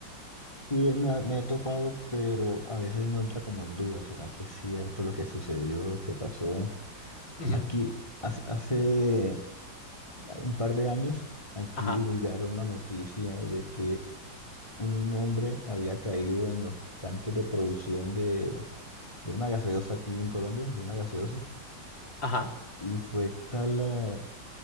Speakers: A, on the left; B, on the left.
A: Sí, me, ha- me he topado, pero a veces no entra como en duda. ¿Será que es cierto lo que sucedió, lo que pasó?
B: Ujú,
A: Aquí, hace hace un par de años, aquí
B: Ajá,
A: divulgaron una noticia de que un hombre había caído en los tanques de producción de, de una gaseosa aquí en Colombia, de una gaseosa,
B: ajá.
A: y fue tal la,